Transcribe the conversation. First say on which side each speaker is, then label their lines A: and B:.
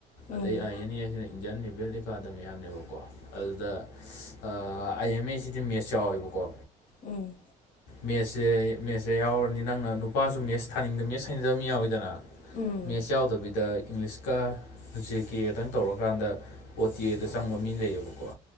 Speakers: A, on the left; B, on the left.
A: ꯎꯝ
B: ꯑꯗꯩ ꯑꯥꯏ ꯑꯦꯟ ꯑꯦꯁꯤꯅ ꯏꯟꯗꯤꯌꯥꯟ ꯅꯦꯚꯦꯜ ꯑꯦꯀꯥꯗꯃꯤ ꯍꯥꯏꯕꯅꯦꯕꯀꯣ ꯑꯗꯨꯗ ꯑ ꯑꯥꯏ ꯑꯦꯝ ꯑꯦ ꯁꯤꯗꯤ ꯃꯦꯠꯁ ꯌꯥꯎꯋꯦꯕꯀꯣ
A: ꯎꯝ
B: ꯃꯦꯠꯁꯁꯦ ꯃꯦꯠꯁꯦ ꯌꯥꯎꯔꯅꯤ ꯅꯪꯅ ꯅꯨꯄꯥꯁꯨ ꯃꯦꯠꯁ ꯊꯥꯅꯤꯡꯗꯕ ꯃꯦꯠꯁ ꯍꯩꯅꯗꯕ ꯃꯤ ꯌꯥꯎꯋꯤꯗꯅ
A: ꯎꯝ
B: ꯃꯦꯠꯁ ꯌꯥꯎꯗꯕꯤꯗ ꯏꯪꯂꯤꯁ ꯀ ꯎꯆꯦꯛ ꯀꯦ ꯈꯛꯇꯪ ꯇꯧꯔꯀꯥꯟꯗ ꯑꯣ ꯇꯤ ꯑꯦꯗ ꯆꯪꯕ ꯃꯤ ꯂꯩꯌꯦꯕꯀꯣ